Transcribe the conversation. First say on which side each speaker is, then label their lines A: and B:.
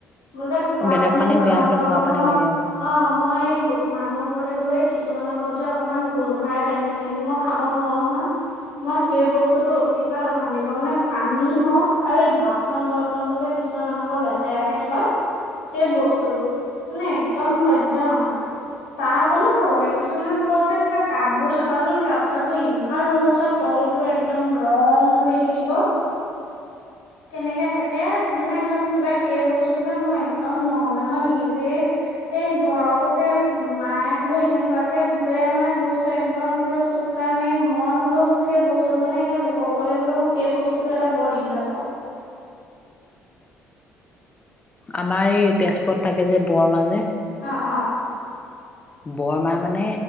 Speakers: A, on the left; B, on the left.
A: মোৰ যে খোৱা
B: বেলেগ
A: পানী জধাং
B: বেয়া হলেও
A: মধাং
B: খোৱা
A: হলে
B: পানী
A: মই
B: লাগে।
A: অ মই লোক মানুহৰ ঘৰলৈ গ'লে কিছুমানৰ ঘৰত যে অকনমান গোন্ধাই পাইমছান মই খাব নোৱাৰো নহয় মই সেই বস্তুতটো অতিপাত অশান্ত প মানে পানী হওঁক আৰু এই বাচন বৰ্তন বোৰ যে কিছুমান ব লেতেৰাকৰাকে থয় সেই বস্তুতটো মানে একদম সহ্য় নহয় চাহ অকনো খাব নাই কিছুমানৰ ঘোবৰত যে কিবা কাপ বোৰ চাবা যোন কাপ চাব ইমান ৰঙচুৱা তলবোৰ একদম ৰং ধৰি থাকিব কেনেকে থাকে মানে একদম কিবা সেই বস্তুবোৰ যে মই একদম নোৱাৰ মানে মই নিজে স ঘৰতো সেই মায়ে হলেও এনেকুৱাকে ধুৱে মানে বস্তু একদম পুৰা চক কাৰণ মানে মই হ'লেও মোক সেই বস্তুটো মানে সেইকাৰণ লোকৰ ঘৰলৈ গলেও মই সেই বস্তুটো এটা বৰ দিগদাৰ পাওঁ
B: আমাৰ এই তেজপুৰত থাকে যে বৰ মাজে
A: অ অ
B: বৰমাই মানে